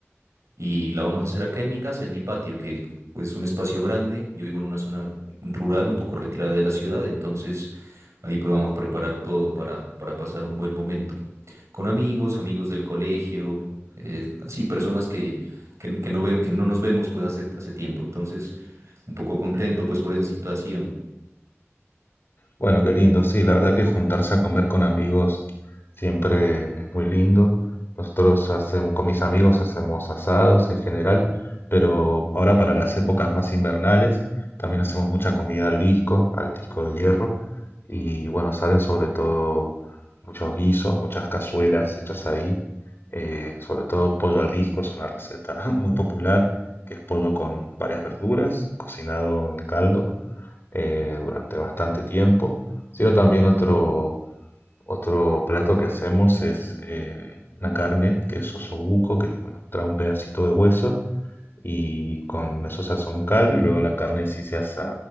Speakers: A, on the right (about 80°); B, on the left (about 50°).
A: Y la vamos a hacer acá en mi casa, en mi patio, que pues, es un espacio grande. Yo vivo en una zona rural, un poco retirada de la ciudad, entonces ahí pues vamos a preparar todo para, para pasar un buen momento. Con amigos, amigos del colegio, eh, así, personas que, que, que no ve- que no nos vemos pues hace, hace tiempo. Entonces, un poco contento pues por esa situación.
B: Bueno, qué lindo, sí, la verdad que juntarse a comer con amigos siempre es muy lindo. Nosotros hacemos, con mis amigos hacemos asados en general, pero ahora para las épocas más invernales también hacemos mucha comida al disco, al disco de hierro, y bueno, salen sobre todo muchos guisos, muchas cazuelas hechas ahí, eh, sobre todo pollo al disco es una receta <laughs> muy popular, que es pollo con varias verduras, cocinado en caldo eh, durante bastante tiempo, sino también otro, otro plato que hacemos es eh, una carne que es osobuco, que bueno, trae un pedacito de hueso y con eso se hace un caldo y luego la carne sí se hace,